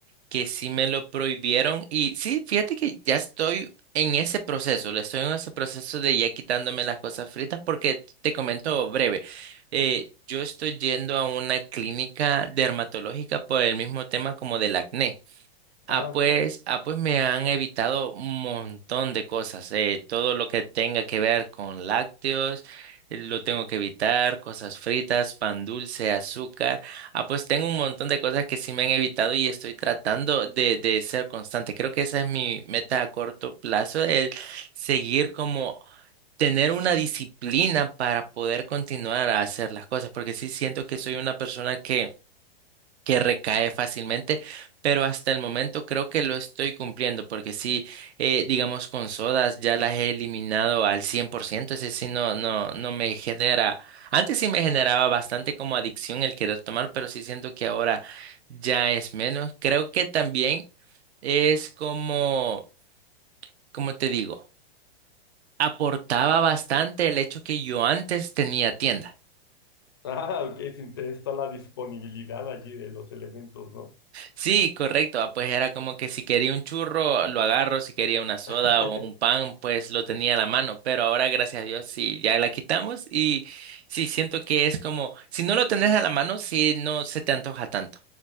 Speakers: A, on the right; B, on the left.
A: que sí me lo prohibieron y sí, fíjate que ya estoy en ese proceso, le estoy en ese proceso de ya quitándome las cosas fritas porque te comento breve, eh, yo estoy yendo a una clínica dermatológica por el mismo tema como del acné.
B: Ah,
A: Ah,
B: ok.
A: pues, ah, pues me han evitado un montón de cosas. eh, todo lo que tenga que ver con lácteos, eh, lo tengo que evitar, cosas fritas, pan dulce, azúcar. Ah, pues tengo un montón de cosas que sí me han evitado y estoy tratando de, de ser constante. Creo que esa es mi meta a corto plazo, el seguir como tener una disciplina para poder continuar a hacer las cosas, porque sí siento que soy una persona que que recae fácilmente, pero hasta el momento creo que lo estoy cumpliendo, porque sí, eh, digamos con sodas ya las he eliminado al 100%, ese sí no, no, no me genera, antes sí me generaba bastante como adicción el querer tomar, pero sí siento que ahora ya es menos. Creo que también es como, como te digo, aportaba bastante el hecho que yo antes tenía tienda.
B: Ah, ok, se interesa la disponibilidad allí de los elementos, ¿no?
A: Sí, correcto. ah, Pues era como que si quería un churro, lo agarro, si quería una soda
B: <laughs>
A: o un pan, pues lo tenía a la mano. Pero ahora, gracias a Dios, sí, ya la quitamos y sí, siento que es como, si no lo tenés a la mano, sí, no se te antoja tanto.